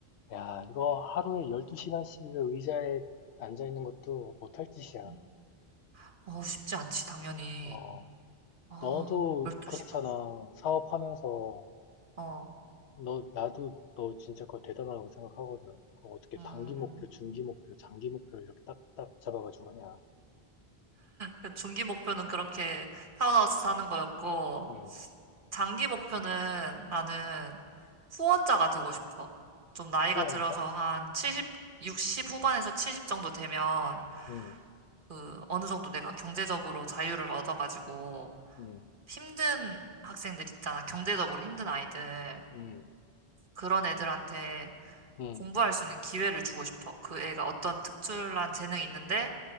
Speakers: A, on the left (about 80°); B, on the right (about 55°).
A: 야, 이거 하루에 12시간씩 의자에 앉아있는 것도 못할 짓이야.
B: 음, 어, 쉽지 않지, 당연히.
A: 어,
B: 어,
A: 너도
B: 12시간.
A: 그렇잖아. 사업하면서.
B: 어,
A: 너, 나도 너 진짜 그거 대단하다고 생각하거든. 그거 어떻게
B: 음,
A: 단기 목표, 중기 목표, 장기 목표 이렇게 딱딱 잡아가지고 하냐.
B: 그 중기 목표는 그렇게 타운하우스 사는 거였고,
A: 음,
B: 장기 목표는 나는 후원자가 되고 싶어. 좀 나이가
A: 후원자?
B: 들어서 한 칠십 60 후반에서 70 정도 되면
A: 음,
B: 그 어느 정도 내가 경제적으로 자유를 얻어가지고
A: 음,
B: 힘든 학생들 있잖아. 경제적으로 힘든 아이들.
A: 음,
B: 그런 애들한테
A: 음,
B: 공부할 수 있는 기회를 주고 싶어. 그 애가 어떤 특출난 재능이 있는데